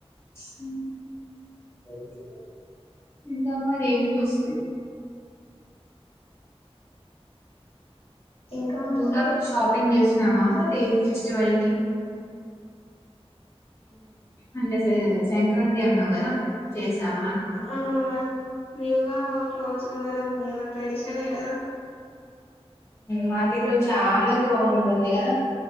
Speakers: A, on the left; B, on the left.
A: హ ఓకే ఇంకా మరి ఏం చే స
B: ఇంకా అంటే
A: ఇకా షాపింగ్ చేసినామా మరి ఫెస్టివల్ కి అంటే ఫే సంక్రాంతి అన్నావు గదా! చేసావా అని?
B: ఆ న్యూగా క్లోత్స్ కొనడం మీ ట్రెడిషన్ కద
A: మా ఇంట్లో చాలా గ్రో ఉంది ఉంటుంది కదా